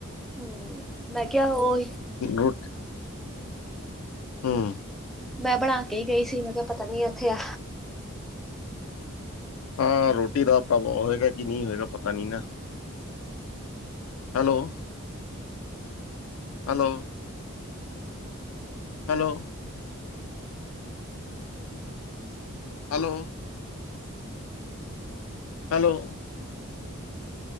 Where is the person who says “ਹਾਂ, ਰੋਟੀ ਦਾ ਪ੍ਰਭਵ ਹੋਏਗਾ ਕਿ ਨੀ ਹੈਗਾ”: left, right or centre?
Left